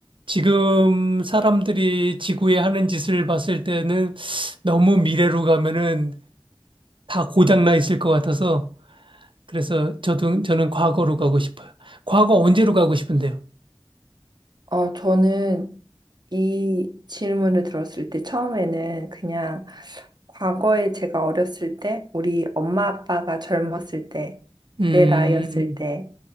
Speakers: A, on the right; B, on the right.
A: 지금 사람들이 지구에 하는 짓을 봤을 때는 너무 미래로 가면은 다 고장나 있을 것 같아서, 그래서 저도, 저는 과거로 가고 싶어요. 과거 언제로 가고 싶은데요?
B: 어, 저는 이 질문을 들었을 때 처음에는 그냥 과거에 제가 어렸을 때, 우리 엄마 아빠가 젊었을 때,
A: 음,
B: 내 나이였을 때,